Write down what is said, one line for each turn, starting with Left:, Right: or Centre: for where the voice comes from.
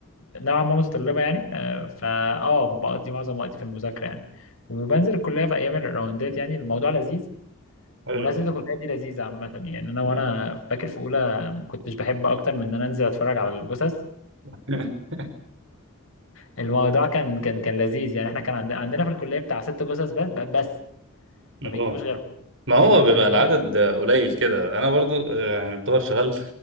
Left: نوعا ما متطلبة يعني آه، فا اه بقضي معظم وقتي في المذاكرة يعني وبنزل الكلية في أيام الراوندات يعني الموضوع لذيذ
Right: حلو
Left: ونزلة
Right: ده
Left: الكلية دي لذيذة عامة يعني أنا وأنا
Right: اه
Left: فاكر في أولى ما كنتش بحب أكتر من إن أنا أنزل أتفرج على الجثث
Right: <laughs>
Left: والموضوع <laughs> كان كان كان لذيذ يعني إحنا كان عند- عندنا في الكلية بتاع ست جثث بس بس ما
Right: اه
Left: بيجيبوش غيرهم
Right: ما
Left: يعني
Right: هو
Left: أنت
Right: بيبقى
Left: فاهم
Right: العدد آه، قليل كده انا برضو آه، يعني يعتبر شغال